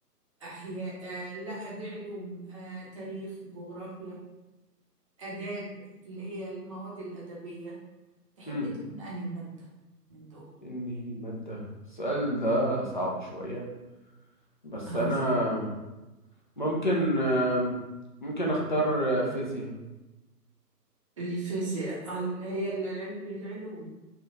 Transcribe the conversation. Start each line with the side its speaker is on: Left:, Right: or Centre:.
Right: أحياء آه، لا دي علوم آه، تاريخ جغرافيا آداب اللي هي المواد الأدبية تحب
Left: امم
Right: تكون أنهي أنت من دول
Left: انهي ماده السؤال ده صعب شويه بس
Right: آه.
Left: انا ممكن آه، ممكن اختار آه، فيزياء
Right: الفيزياء آه، اللي هي العل- العلوم